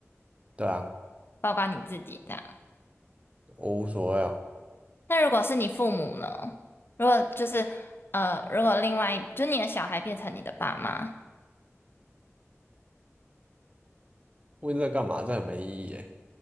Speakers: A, on the right; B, on the left.
A: 对啊，
B: 包括你自己这样。
A: 我无所谓啊。
B: 那如果是你父母呢？如果就是呃，如果另外一就你的小孩变成你的爸妈，
A: 问这干嘛？这很没意义诶。